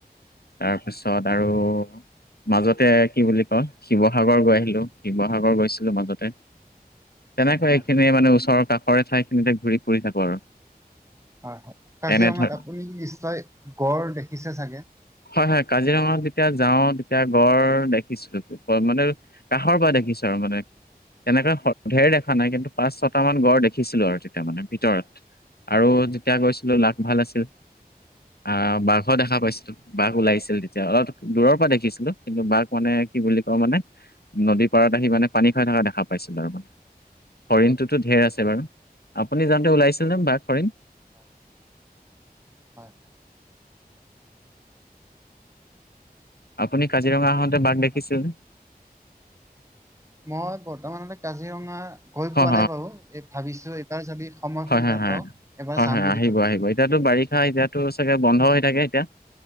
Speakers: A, on the left; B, on the right.
A: তাৰপিছত আৰু মাজতে কি বুলি কয় শিৱসাগৰ গৈ আহিলো, শিৱসাগৰ গৈছিলো মাজতে। তেনেকৈ
B: হয়
A: ওচৰ কাষৰে ঠাই খিনিতে ঘূৰি ফুৰি থাকো আৰু।
B: হয় হয়, কাজিৰঙাত
A: এনে ধৰ
B: আপুনি নিশ্চয় গড় দেখিছে চাগে?
A: হয় হয় কাজিৰঙা যেতিয়া যাও তেতিয়া গড় দেখিছো মানে কাষৰ পৰা দেখিছো মানে তেনেকৈ ধেৰ দেখা নাই কিন্তু পাঁচ ছটা মান গড় দেখিছিলো আৰু তেতিয়া মানে ভিতৰত আৰু যেতিয়া গৈছিলো লাক ভাল আছিল আহ বাঘৰ দেখা পাইছিলোঁ। বাঘ ওলাইছিল তেতিয়া অলপ দূৰৰ পৰা দেখিছিলো কিন্তু বাঘ মানে কি বুলি কওঁ মানে নদী পাৰা ত আহি মানে পানী খাই থকা দেখা পাইছিলো আৰু মানে হৰিণটোতো ধেৰ আছে বাৰু, আপুনি যাওঁতে ওলাইছিল নে বাঘ হৰিণ?
B: হয় হয়।
A: আপুনি কাজিৰঙা আহোঁতে বাঘ দেখিছিল।
B: আপুনি মই বৰ্তমান কাজিৰঙা গৈ
A: হয়
B: পোৱা নাই বাৰু এই ভাবিছো এটাৰ যদি। সময়
A: হয়
B: সুবিধা
A: হয় হয়
B: পাওঁ এবাৰ
A: হয়
B: যাম
A: হয়
B: বুলি
A: আহিব
B: ভাবিছো
A: আহিব এতিয়াতো
B: হয় হয়
A: বাৰিষা এতিয়াতো। চাগে বন্ধ হৈ থাকে এতিয়া,